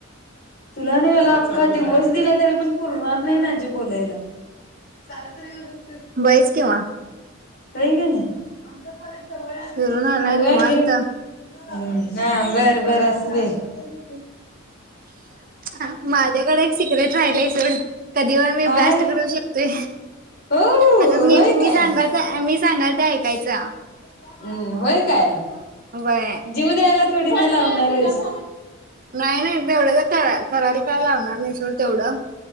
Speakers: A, on the left; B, on the right.
A: तुला नाही मला अख्खा दिवस दिला तरी पण पुरणार नाही माझे बोलायला चांग तर येऊ
B: बयच केव्हा
A: काही गे ना आळ
B: फिरून आलाय
A: मघाय
B: निवांत
A: गे ह हा बरं बरं असुदे दे
B: हा माझ्याकडे एक सिक्रेट राहिलाय सोड <inaudible> कधी वण
A: काय
B: मी ब्लास्ट करू शकतोय
A: हो
B: आता मी
A: होय
B: मी
A: काय
B: सांगालतो मी सांगाल त्या ऐकायचं
A: हम्म होय काय
B: व्हय
A: जीव द्यायला थोडी ना लावणार आहेस
B: नाही नाही तेवढं तर करायला काय लावणार नाही सोड तेवढं